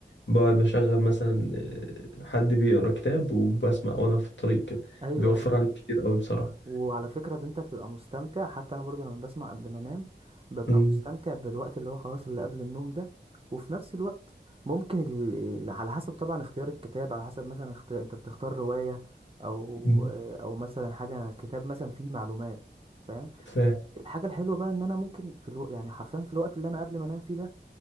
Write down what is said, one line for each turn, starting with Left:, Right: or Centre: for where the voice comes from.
Left: بقعد بشغل مثلا آه، حد بيقرا كتاب وبسمع وانا في الطريق كده
Right: ايوه
Left: بيوفر عليك كتير قوي بصراحة
Right: وعلى فكرة انت بتبقى مستمتع حتى انا برضو لما بسمع قبل ما انام ببقى
Left: مم.
Right: مستمتع بالوقت اللي هو خلاص اللي قبل النوم ده وفي نفس الوقت ممكن ال... على حسب طبعا اختيار الكتاب على حسب مثلا اختيار انت بتختار رواية او
Left: مم.
Right: او مثلا حاجة كتاب مثلا فيه معلومات فاهم
Left: فاهم
Right: الحاجة الحلوة بقى ان انا ممكن في الو... يعني حرفيا في الوقت اللي انا قبل ما انام فيه ده